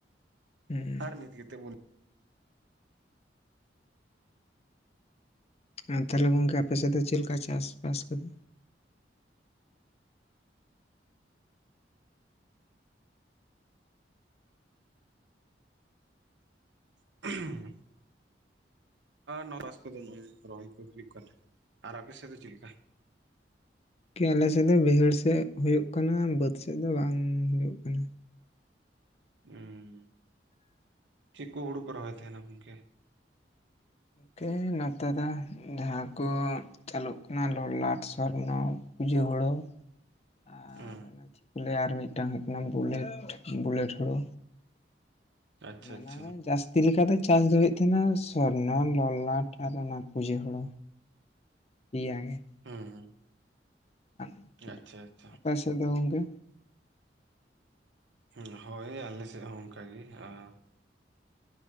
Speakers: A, on the left; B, on the right.
A: ᱦᱩᱸ
B: ᱟᱨ ᱱᱤᱛ ᱜᱮᱛᱚ ᱵᱚᱱ
A: ᱟᱨ ᱛᱟᱦᱚᱞᱮ ᱜᱚᱢᱠᱮ ᱟᱯᱮ ᱥᱮᱫ ᱫᱚ ᱪᱮᱞᱮᱠᱟ ᱪᱟᱥᱵᱟᱥ ᱠᱚᱫᱚ?
B: <unintelligible> ᱟᱨ ᱱᱚᱣᱟ ᱵᱟᱥ ᱠᱚᱫᱚ ᱱᱚᱜ-ᱚᱭ ᱨᱚᱦᱚᱭ ᱠᱚ ᱦᱩᱭᱩᱜ ᱠᱟᱱᱟ ᱟᱨ ᱟᱯᱮ ᱥᱮᱫ ᱫᱚ ᱪᱮᱫ ᱞᱮᱠᱟ?
A: ᱠᱮ ᱟᱞᱮᱥᱮᱫ ᱫᱚ ᱵᱟᱹᱭᱦᱟᱹᱲ ᱥᱮᱫ ᱦᱳᱭᱳᱜ ᱠᱟᱱᱟ ᱵᱟᱹᱫᱽ ᱥᱮᱫ ᱫᱚ ᱵᱟᱝ ᱦᱳᱭᱳᱜ ᱠᱟᱱᱟ᱾
B: ᱦᱩᱸ ᱪᱤᱜ ᱠᱚ ᱦᱩᱲᱩ ᱠᱚ ᱨᱚᱦᱚᱭ ᱛᱟᱦᱮᱸᱱᱟ ᱜᱚᱢᱠᱮ?
A: ᱜᱚᱢᱠᱮ ᱱᱚᱛᱮ ᱫᱚ ᱡᱟᱦᱟᱸ ᱠᱚ ᱪᱟᱹᱞᱩᱜ ᱠᱟᱱᱟ ᱞᱚᱞᱟᱴ, ᱥᱚᱨ ᱱᱚ ᱯᱩᱡᱟᱹ ᱦᱳᱲᱳ ᱟᱨ
B: ᱦᱩᱸ,
A: ᱚᱱᱟ ᱪᱮᱫ ᱠᱚ ᱞᱟᱹᱭᱟ ᱟᱨ ᱢᱤᱫᱴᱟᱝ ᱦᱩᱭᱩᱜ ᱠᱟᱱᱟ ᱵᱩᱞᱮᱴ ᱵᱩᱞᱮᱴ ᱦᱳᱲᱳ,
B: ᱟᱪᱪᱷᱟ
A: ᱱᱟᱱᱟ
B: ᱟᱪᱪᱷᱟ
A: ᱦᱮ ᱡᱟᱥ ᱛᱤ ᱞᱮᱠᱟ ᱫᱚ ᱪᱟᱥ ᱫᱚ ᱦᱩᱭᱩᱜ ᱛᱟᱦᱮᱸᱱᱟ ᱥᱚᱨᱱᱚ ᱞᱚᱞᱟᱴ ᱟᱨ ᱚᱱᱟ ᱯᱩᱡᱟᱹ ᱦᱳᱲᱳ᱾ ᱯᱮᱭᱟᱜᱮ᱾
B: ᱦᱩᱸ ᱦᱩᱸ᱾
A: <unintelligible>
B: ᱟᱪᱪᱷᱟ ᱟᱪᱪᱷᱟ᱾
A: ᱟᱯᱮ ᱥᱮᱫ ᱫᱚ ᱜᱚᱢᱠᱮ?
B: ᱦᱩᱸ ᱦᱳᱭ ᱟᱞᱮᱥᱮᱫ ᱦᱚᱸ ᱚᱱᱠᱟᱜᱮ ᱟᱨ